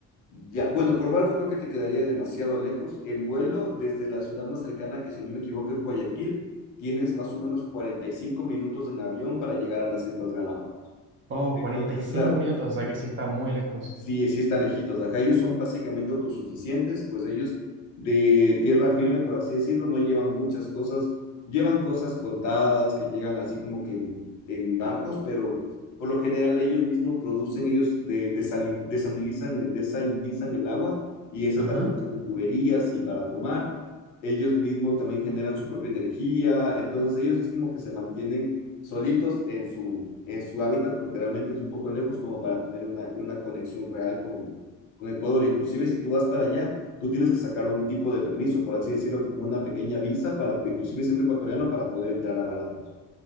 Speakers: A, on the left; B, on the right.
A: Ya, bueno, por barco creo que te quedaría demasiado lejos. En vuelo, desde la ciudad más cercana, que si no me equivoco es Guayaquil, tienes más o menos 45 minutos en avión para llegar a las Islas Galápagos.
B: Oh,
A: Entonces,
B: cuarenta y cinco
A: claro,
B: minutos, o sea que sí está muy lejos.
A: sí, sí está lejitos. acá ellos son básicamente autosuficientes, pues ellos de tierra firme, por así decirlo, no llevan muchas cosas, llevan cosas contadas que llegan así como que en, en barcos, pero por lo general ellos mismos producen, ellos de, desalin, desalinizan, desalinizan el agua y esa
B: Ajá.
A: es la que usan en tuberías y para tomar. Ellos mismos también generan su propia energía, entonces ellos es como que se mantienen solitos en su, en su hábitat, porque realmente es un poco lejos como para tener una, una conexión real con, con Ecuador. Inclusive si tú vas para allá, tú tienes que sacar un tipo de permiso, por así decirlo, como una pequeña visa para, inclusive siendo ecuatoriano, para poder entrar a Galápagos.